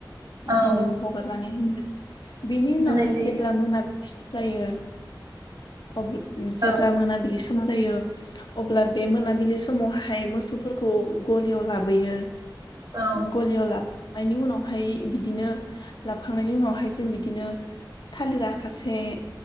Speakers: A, on the left; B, on the right.
A: बिदिनो
B: ओं औ
A: हगारनानै <unintelligible> बिनि उनावहाय
B: होनाय जायो
A: जेब्ला
B: आरो
A: मोनाबिलि सम जायो अब जेब्ला
B: औ
A: मोनाबिलि स ‌ म जायो अब्ला बे मोनाबिलि समावहाय मोसौफोरखौ गलियाव लाबोयो
B: औ
A: गलि आव लाब ‌ नायनि उनावहाय बिदिनो लाबखांनायनि उनावहाय जों बिदिनो थालिर आखासे